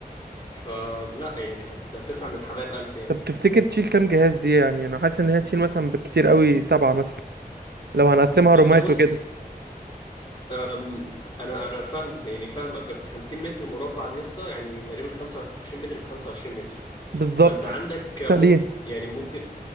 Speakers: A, on the left; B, on the right.
A: فلا يعني هت... هتسعى من الحبايب الف يعني
B: طب تفتكر تشيل كام جهاز دي يعني انا حاسس ان هي تشيل مثلا بالكتير قوي سبعة مثلا لو هنقسمها
A: انت
B: رومات
A: بص
B: وكده
A: أم... انا انا فاهم يعني فاهمك بس 50 متر مربع دي يا اسطى يعني تقريبا 25 متر في 25 متر
B: بالظبط
A: فانت عندك م...
B: سليم
A: يعني ممكن